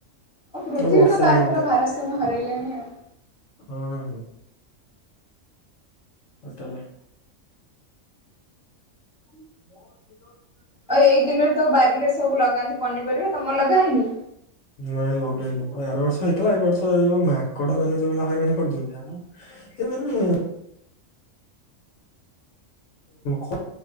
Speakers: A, in the centre; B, on the left (about 70°).
A: ଆଉ ପୃଥିବୀ
B: ବର୍ଷା
A: ତାର
B: ହେଇଯାନ୍ତା
A: ପୁରା ଭାରସାମ୍ୟ ହରାଇଲେଣି ଆଉ।
B: ହୁଁ। ଟୋଟାଲେ। <unintelligible>
A: ଆଉ ଏଇ ଦିନରେ ତ ବାରିରେ ସବୁ ଲଗାନ୍ତି ପନିପରିବା ତମର ଲଗା ହେଇନି?
B: ନାଇଁ ଲଗେଇନୁ ଆର ବର୍ଷ ହେଇଥିଲା ଏ ବର୍ଷ ଯଉ ମାଙ୍କଡ ମାନେ ଯୋ ଭଳିଆ ହଇରାଣ କରୁଛନ୍ତି ଆଉ <unintelligible> ଖ